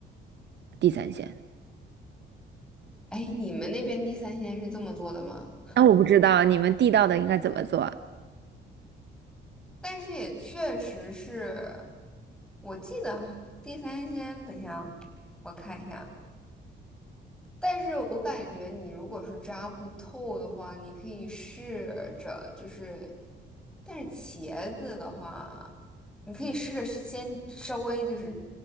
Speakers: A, on the right (about 60°); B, in the centre.
A: 地三鲜。
B: 哎，你们那边地三鲜是这么做的吗？
A: 那我不知道你们地道的应该怎么做啊。
B: 但是也确实是我记得地三鲜，等一下啊，我看一下。但是我感觉你如果是扎不透的话，你可以试着就是，但是茄子的话，你可以试着是先稍微就是，